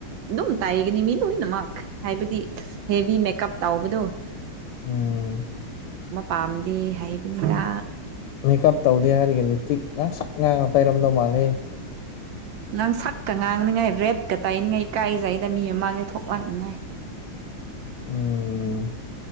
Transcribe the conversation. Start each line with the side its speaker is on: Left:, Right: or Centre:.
Right: ꯑꯗꯨꯝ ꯇꯥꯏꯒꯅꯤ ꯃꯤ ꯂꯣꯏꯅꯃꯛ ꯍꯥꯏꯕꯗꯤ ꯍꯦꯚ ꯃꯦꯀꯞ ꯇꯥꯎꯕꯗꯣ
Left: ꯎꯝ
Right: ꯄꯥꯝꯗꯦ ꯍꯥꯏꯕꯅꯤꯗ
Left: ꯃꯦꯀꯞ ꯇꯧꯗꯦ ꯍꯥꯏꯔꯒ ꯂꯤꯞꯁ ꯏꯁꯇꯤꯛ ꯉꯥꯡ ꯁꯛ ꯉꯥꯡꯅ ꯇꯩꯔꯝꯗꯧ ꯃꯥꯜꯂꯤ
Right: ꯅꯪ ꯁꯛꯀ ꯉꯥꯡꯅꯤꯉꯥꯏ ꯔꯦꯠꯀ ꯇꯥꯏꯅꯤꯡꯉꯥꯏ ꯏꯀꯥꯏꯖꯩꯗ ꯃꯤ ꯃꯃꯥꯡꯉꯦ ꯊꯣꯛꯂꯛꯅꯤꯉꯥꯏ
Left: ꯎꯝ